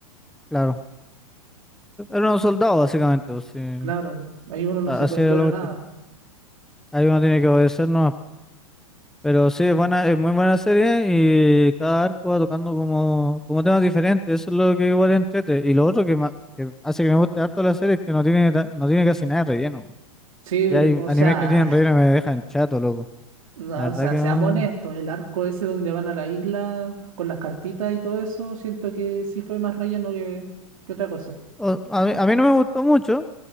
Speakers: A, in the centre; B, on the right.
A: claro. Era un soldado, básicamente. o sea,
B: Claro, ahí uno no
A: a-
B: se
A: así
B: cuestiona
A: era la cuestión.
B: nada.
A: Ahí uno tiene que obedecernos Pero sí, es buena, es muy buena serie y cada arco va tocando como, como temas diferentes, eso es lo que igual entrete. Y lo otro que, ma- que hace que me guste harto la serie es que no tiene, ta- no tiene casi nada de relleno. güey.
B: Sí, de-
A: Que hay
B: o
A: animes
B: sea,
A: que tienen relleno y me dejan chato, loco.
B: <laughs> no,
A: La verdad
B: o sea,
A: que
B: seamos
A: no-
B: honestos, el arco ese donde van a la isla con las cartitas y todo eso, siento que sí fue más relleno que, que otra cosa.
A: o- a mí, a mí no me gustó mucho,